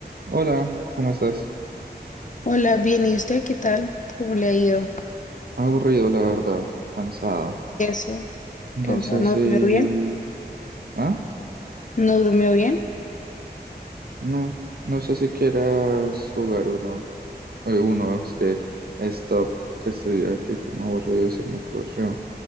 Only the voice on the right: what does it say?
Hola, ¿cómo estás?
Aburrido, la verdad, cansado.
No
sé
si...
¿Ah?
No, no sé si quieras jugar uno. Eh, uno, es que Stop, que estoy aquí como aburrido y se me ocurrió